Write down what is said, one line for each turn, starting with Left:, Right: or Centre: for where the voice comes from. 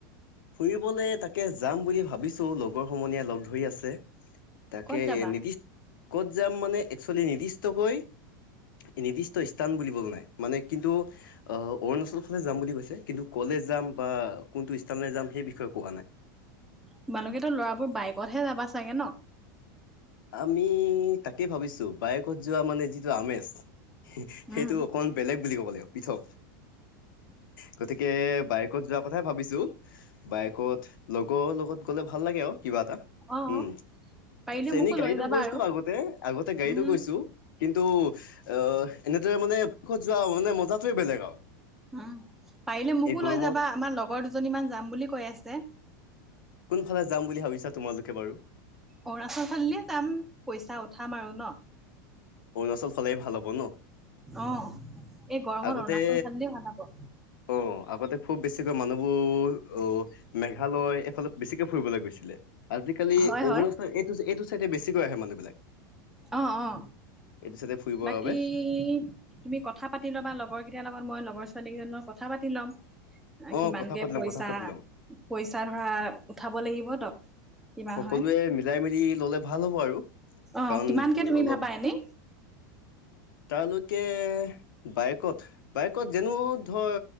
Left: ফুৰিবলৈ তাকে যাম বুলি ভাবিছোঁ লগৰ সমনীয়াই লগ ধৰি আছে। তাকে
Centre: ক'ত যাবা
Left: নিৰ্দিষ্ট ক'ত যাম মানে একচুৱেলি নিৰ্দিষ্টকৈ নিৰ্দিষ্ট স্থান বুলিবলৈ নাই, মানে কিন্তু আহ অৰুণাচলৰ ফালে যাম বুলি কৈছে কিন্তু কলে যাম বা কোনটো স্থানলৈ যাম সেই বিষয়ে কোৱা নাই।
Centre: তোমালোকেতো ল'ৰাবোৰ বাইকতহে যাবা চাগে ন।
Left: আমি তাকে ভাবিছোঁ বায়েকত যোৱা মানে যিটো আমেজ। সেইটো
Centre: উম
Left: অকণমান বেলেগ বুলি ক'ব লাগিব পৃথক। গতিকে বাইকত যোৱা কথাই ভাবিছোঁ। বাইকত লগৰ লগত গ'লে ভাল লাগে আৰু কিবা এটা
Centre: অ
Left: উম
Centre: পাৰিলে
Left: তাৰপিছ
Centre: মোকো
Left: গাড়ীটো
Centre: লৈ যাবা
Left: গৈছো
Centre: আৰু
Left: আগতে- আগতে গাড়ীটো
Centre: উম
Left: গৈছো কিন্তু অ এনেদৰে মানে ক'ত যোৱা মানে মজাটোৱে বেলেগ আৰু।
Centre: উম পাৰিলে মোকো
Left: এই গৰমত
Centre: লৈ যাবা আমাৰ লগৰ দুজনী মান যাম বুলি কৈ আছে।
Left: কোনফালে যাম বুলি ভাবিছা তোমালোকে বাৰু।
Centre: অৰুণাচল ফালিলে যাম পইচা উঠাম আৰু ন।
Left: অৰুণাচল ফালে ভাল হ'ব ন।
Centre: অহ এই গৰমত
Left: আগতে
Centre: অৰুণাচল ফালেই ভাল হব।
Left: অ আগতে খুব বেছিকৈ মানুহবোৰ আহ মেঘালয় এইফালে বেছিকে ফুৰিবলৈ গৈছিলে। আজিকালি
Centre: হয়
Left: অৰুণাচল এইটো এইটো চাইডে বেছিকৈ আহে মানে।
Centre: অহ-অহ
Left: এইটো চাইডে ফুৰিবৰ
Centre: বাকী
Left: বাবে
Centre: তুমি কথা পাতি ল'বা লগ লগৰ কেইটাৰ লগত মই লগৰ ছোৱালী কেইজনী লগত কথা পাতি ল'ম।
Left: অ
Centre: কিমানকে
Left: কথা পাতি
Centre: পইচা
Left: ল'ম কথা পাতি ল'ম।
Centre: পইচা ধৰা উঠাব লাগিব ত। কিমান
Left: সকলোৱে
Centre: হয়
Left: মিলাই মিলি ললে ভাল হ'ব আৰু।
Centre: অ
Left: কাৰণ
Centre: কিমানকে তুমি
Left: অলপ
Centre: ভাবা এনেই
Left: তালৈকে বাইকত বাইকত যেনো ধৰ